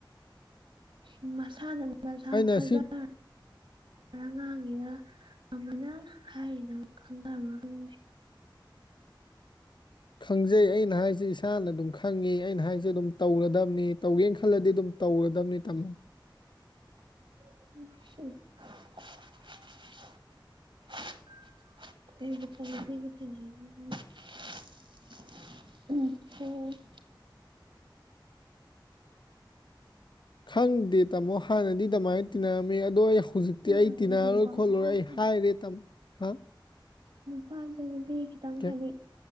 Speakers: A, on the right (about 80°); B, on the left (about 65°).
A: ꯎꯝ ꯃꯁꯥꯟꯅ ꯃꯁꯥ
B: ꯑꯩꯅ
A: ꯍꯖꯔ
B: ꯁꯤ
A: ꯑꯉꯥꯡꯅꯦꯅ ꯀꯃꯥꯏꯅ ꯍꯥꯏꯔꯤꯅꯣ ꯈꯪꯅꯕꯔ ꯈꯪꯗꯦ
B: ꯈꯪꯖꯩ ꯑꯩꯅ ꯍꯥꯏꯁꯦ ꯏꯁꯥꯅ ꯑꯗꯨꯝ ꯈꯪꯉꯤ ꯑꯩꯅ ꯍꯥꯏꯁꯦ ꯑꯗꯨꯝ ꯇꯧꯔꯗꯕꯅꯤ ꯇꯧꯒꯦꯅ ꯈꯜꯂꯗꯤ ꯑꯗꯨꯝ ꯇꯧꯔꯗꯕꯅꯤ ꯇꯥꯃꯣ
A: <inaudible>
B: ꯈꯪꯗꯦ ꯇꯥꯃꯣ ꯍꯥꯟꯅꯗꯤ ꯑꯗꯨꯃꯥꯏꯅ ꯇꯤꯟꯅꯔꯝꯃꯤ ꯑꯗꯣ ꯑꯩ ꯍꯧꯖꯤꯛꯇꯤ ꯑꯩ
A: ꯍꯥꯏꯕꯅꯦ
B: ꯇꯤꯟꯅꯔꯔꯣꯏ
A: ꯍꯥꯏꯗꯤꯀꯣ ꯅꯨꯄꯥꯁꯦ
B: ꯈꯣꯠꯂꯔꯣꯏ ꯑꯩ ꯍꯥꯏꯔꯦ ꯇꯥꯃꯣ ꯍꯥ
A: ꯅꯨꯄꯥꯖ ꯃꯤ ꯈꯤꯇꯪ
B: ꯀꯦ
A: ꯍꯥꯏꯗꯤ